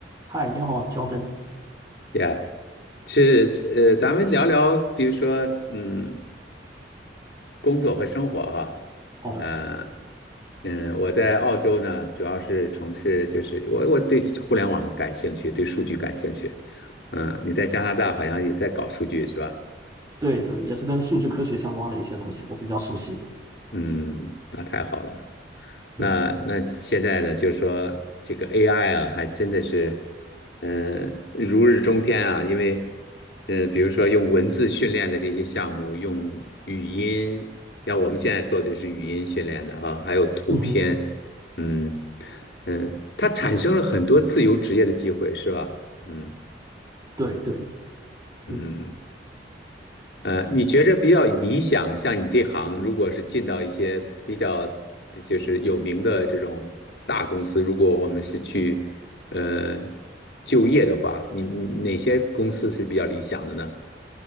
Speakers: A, on the right (about 20°); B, on the left (about 65°).
A: 嗨，你好，Jordan。
B: 呀，其实呃，咱们聊聊，比如说，嗯，工作和生活哈，
A: 好的，
B: 啊，嗯，我在澳洲呢，主要是从事就是我我对互联网感兴趣，对数据感兴趣，嗯，你在加拿大好像也在搞数据是吧？
A: 对对，也是跟数据科学相关的一些东西，我比较熟悉。
B: 嗯，那太好了，
A: 嗯
B: 那那现在呢，就是说这个 AI 啊，还真的是，嗯、如日中天啊。因为，嗯、比如说用文字训练的这些项目，用语音，像我们现在做的是语音训练的哈、还有图片，
A: 嗯哼，
B: 嗯嗯，它产生了很多自由职业的机会，是吧？嗯
A: 对对，
B: 嗯，
A: 嗯，
B: 呃，你觉着比较理想，像你这行，如果是进到一些比较就是有名的这种大公司，如果我们是去呃就业的话，你你哪些公司是比较理想的呢？